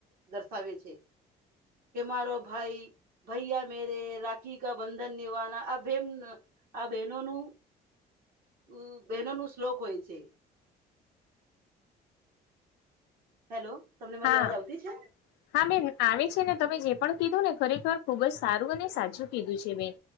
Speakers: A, on the right; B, on the left.
A: દર્શાવે છે કે મારો ભાઈ ભૈયાર મેરે રાખી કા બંધન નિભા ના આ બેન આ બહેનોનું ઉ બહેનો નું શ્લોક હોય છે હેલો તમને મારી
B: હા
A: અવાજ આવતી છે
B: હા બેન આવે છે ને તમે જે પણ કીધું ને ખરેખર ખુબ જ સારું અને સાચું કીધું છે બેન